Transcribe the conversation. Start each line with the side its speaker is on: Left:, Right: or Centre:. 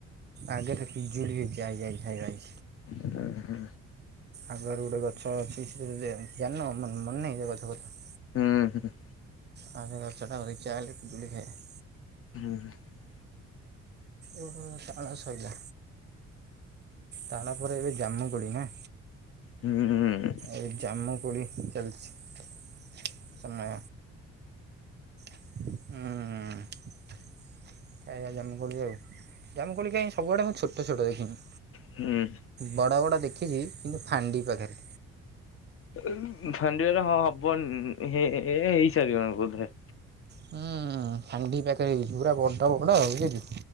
Right: ଆଗେ ରେ ପିଜୁଳି ହେଇଚି ଆଇ ଆଇ ଖାଇବା ଆଇ।
Left: ଉଁ ହୁଁ।
Right: ଆଗରୁ ଗୋଟେ ଗଛ ଅଛି ସେ ଜେ ଜାଣିନୁ ମନେ ନାହିଁ ସେ ଗଛ କଥା।
Left: ହୁଁ ହୁଁ।
Right: ଆ ସେ ଗଛଟା କତିକି ଚାଲେ ପିଜୁଳି ଖାଇବା।
Left: ହୁଁ ହୁଁ।
Right: ଏ ଭୁ ତାଳସଇଲା। ତାଳ ପରେ ଏବେ ଜାମୁ କୋଳି ନା?
Left: ହୁଁ।
Right: ଏଇ ଜାମୁ କୋଳି ଚାଲିଛି ତ ମେ ହୁଁ। ଖାଇବା ଜାମୁକୋଳି ଆଉ ଜାମୁକୋଳି କାଇଁ ସୁବୁଆଡେ ମୁଁ ଛୋଟ ଛୋଟ ଦେଖିନି।
Left: ହୁଁ।
Right: ବଡ଼ ବଡ଼ ଦେଖିଛି କିନ୍ତୁ ଫାଣ୍ଡି ପାଖେରେ।
Left: ଏ ଉ ଫାଣ୍ଡିଆଡେ ହଁ ହବନି ହେ ଏ ହେଇସାରିବଣୀ ବୋଧେ।
Right: ହୁଁ ଫାଣ୍ଡି ପାଖେରେ ହେଇଛି ପୁରା ବଡ଼ ବଡ଼ ବୁଝିଲୁ